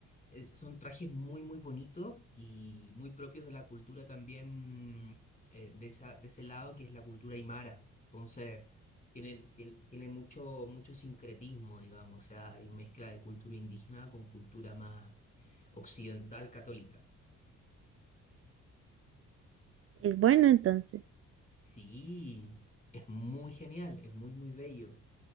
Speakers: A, on the left; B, on the right.
A: eh, son trajes muy, muy bonitos y muy propios de la cultura también, eh, de esa, de ese lado que es la cultura aymara. Entonces, tienen, tienen, tienen mucho, mucho sincretismo, digamos, o sea, hay mezcla de cultura indígena con cultura más occidental católica.
B: es bueno entonces.
A: Sí, es muy genial, es muy, muy bello.